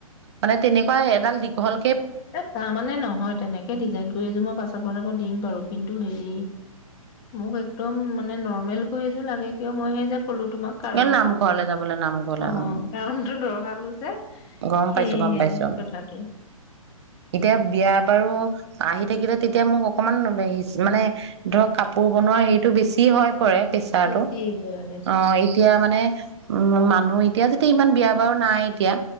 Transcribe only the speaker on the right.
মানে তেনেকুৱা এডাল দীঘল
এ নামঘৰলে যাবলৈ নামঘৰলে
উম
গম
পাইছো গম পাইছো
এতিয়া বিয়া বাৰু আহি থাকিলে তেতিয়া মোক অকণমান মানে ধৰক কাপোৰ বনোৱা হেৰিতটো বেছি হৈ পৰে। প্ৰেছাৰটো
অ
এতিয়া মানে উম মানুহ এতিয়া যেতিয়া ইমান বিয়া বাৰু নাই এতিয়া